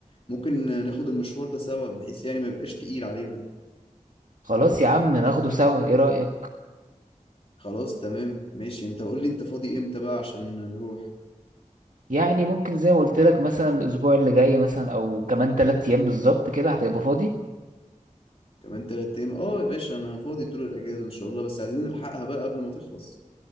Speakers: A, on the left; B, on the right.
A: ممكن ناخد المشوار ده سوا بحيث يعني ما يبقاش تقيل علينا
B: خلاص يا عم ناخده سوا ايه رأيك
A: خلاص تمام ماشي انت قول لي انت فاضي امتى بقى عشان نروح
B: يعني ممكن زي ما قلت لك مثلا الاسبوع اللي جاي مثلا او كمان 3 ايام بالظبط كده هتبقى فاضي
A: كمان تلات ايام اه يا باشا انا فاضي طول الاجازة ان شاء الله بس عايزين نلحقها بقى قبل ما تخلص